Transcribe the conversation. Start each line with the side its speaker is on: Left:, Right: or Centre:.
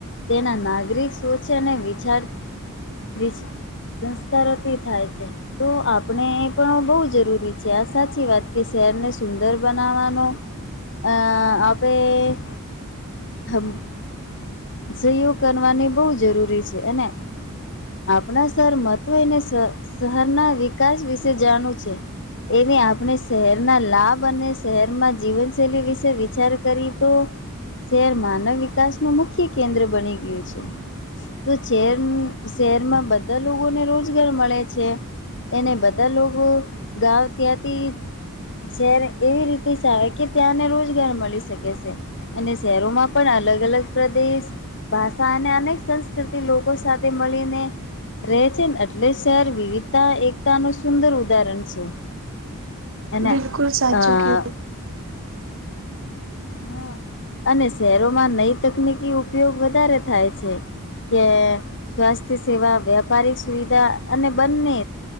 Left: તેના નાગરિક સુરક્ષા અને વિચાર બજ સંસ્કારોથી થાય છે તો આપણે એ પણ બહુ જરૂરી છે, આ સાચી વાત કે શહેરને સુંદર બનાવવાનો આ આપણે હમ સહયોગ કરવાની બહુ જરૂરી છે અને આપણા શર મત્ને અને શ શરના વિકાસ વિશે જાણવ છે એવી આપણે શહેરના લાભ અને શહેરમાં જીવનશૈલી વિશે વિચાર કરી તો શહેર માનવ વિકાસ ન મુખ્ય કેન્દ્ર બની ગયું છે તો શહેર શહેરમાં બધા લોકોને રોજગાર મળે છે એને બધા લોકો ગાવ ત્યાંથી જ્યારે એવી રીતે ચ આવે કે ત્યાંને રોજગાર મળી શકે છે અને શહેરોમાં પણ અલગ અલગ પ્રદેશ ભાષા અને અનેક સંસ્કૃતિ લોકો સાથે મળીને રહે છે ને એટલે શહેર વિવિધતા એકતા નું સુંદર ઉદાહરણ છે એના
Right: બિલકુલ સાચું
Left: આહ
Right: કયું
Left: હમ અને શહેરોમાં નઈ તકનીકી ઉપયોગ વધારે થાય છે કે સ્વાસ્થ્ય સેવા વ્યાપારિક સુવિધા અને બંને